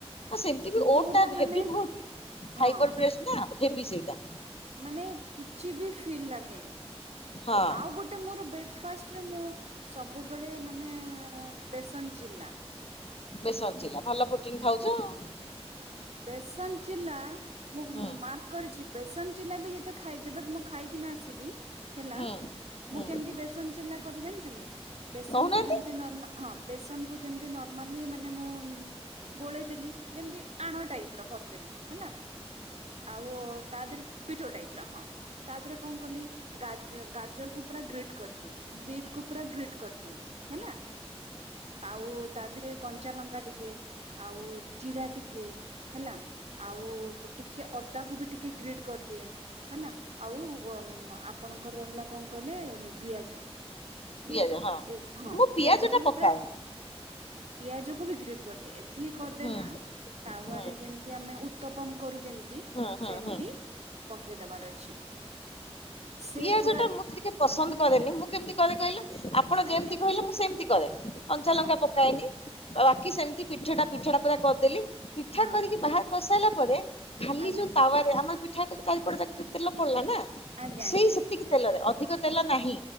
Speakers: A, on the left; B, on the right.
A: ସେମିତି ବି ଓ
B: ପୁରା
A: ଟା
B: ମାନେ
A: ହେଭି ନୁହଁ କି
B: ହଁ
A: ଫାଇବର ପ୍ରେସ ନା ହେବି ସେଇଟା।
B: ମାନେ କିଛି ବି ଫିଲ୍ ଲାଗେନି,
A: ହଁ
B: ଆଉ ଗୋ ଟେ ମୋର ବ୍ରେକଫାଷ୍ଟରେ ମୁଁ ସବୁବେଳେ ମାନେ ବେସନ ଚିଲ୍ଲା।
A: ବେସନ ଚିଲା ଭଲ ପ୍ରୋଟିନ ଖାଉଚ ଆଉ।
B: ବେସନ ଚିଲା ମୁଁ
A: ହୁଁ
B: ମାର କରିଚି ବେସନ ଚିଲା ବି ଯେତ ଖାଇଦେବେ ମୁଁ ଖାଇକିନା ଆସିବି ହେଲା।
A: ହୁଁ ହୁଁ
B: ମୁଁ କେମିତି ବେସନ ଚିଲା କରେ ଜାଣିଛନ୍ତି ବେସନକୁ
A: କହୁନାହାନ୍ତି।
B: ଯେମତି ନର୍ମା ହଁ ବେସନକୁ ଯେମତି ନର୍ମାଲି ମାନେ ମୁଁ ଗୋଳେଇ ଦେଲି ଯେମତି ଆଣ ଟାଇପର କରିଦେଲି ହେଲା, ଆଉ ତା ଧେରେ ପିଠଉ ଟାଇପର ହଁ, ତା ଧେରେ କଣ କଲି ଗା-ଗାଜରକୁୁ ପୁରା ଗ୍ରିଟ୍ କରିଦିଏ। ବିଟ୍ କୁ ପୁରା ଗ୍ରୀିଟ୍ କରିଦିଏ। ହେଲା। ଆଉ ତା ଧେରେ କଞ୍ଚା ଲଙ୍କା ଟିକେ, ଆଉ ଜିରା ଟି କେ ହେଲା ଆଉ ଟି ଟିକେ ଅଦାକୁ ବି ଟିକେ ଗ୍ରୀଟ୍ କରିଦିଏ ହେଲା, ଆଉ ମ ଆପଣଙ୍କର ରହିଲା କଁ କହିଲେ ପିଆଜ। ହେଲା
A: ପିଆଜ ହଁ
B: ଏସ ହଁ
A: ମୁଁ ପିଆଜ
B: ପିଆଜକୁ
A: ଟା ପକାଉନି।
B: ପୁରା ପିଆଜକୁ ବି ଗ୍ରୀଟ କରିଦିଏ, ଏତିକି କରିଦେନା
A: ହୁଁ
B: ତାୱାରେ
A: ହୁଁ
B: ଯେମିତି ଆମେ ଉତ୍ତପମ କରୁ ଯେମିତି
A: ହୁଁ ହୁଁ
B: ସେମିତି
A: ହୁଁ
B: ପକାଇ ଦେବାର ଅଛି। ସେ
A: ପିଆଜଟା
B: ପୁରା
A: ମୁଁ ତ ଟିକେ ପସନ୍ଦ କରେନି ମୁଁ କେମିତି କରେ କହିଲ ଆପଣ ଯେମିତି
B: ଆଜ୍ଞା
A: କହିଲେ ମୁଁ ସେମତି କରେ, କଞ୍ଚାଲଙ୍କା
B: ହଁ
A: ପ ପକାଏନି ଆଉ ବାକି ସେମିତି ପିଠାଟା ପିଠାଟା ପୁରା କରିଦେଲି, ପିଠା
B: ହଁ
A: କରିକି ବାହାର କରସାଇଲା ପରେ ଖାଲି
B: ଆଜ୍ଞା
A: ଯୋଉ ତାୱାରେ ଆମର ପିଠାରେ ଚାରିପଟ ଯାକ ଟିକେ ତେଲ ପଡିଲା ନା।
B: ଆଜ୍ଞା
A: ସେଇ
B: ଆଜ୍ଞା
A: ସେତିକି ତେଲରେ ଅଧିକ ତେଲ ନାହିଁ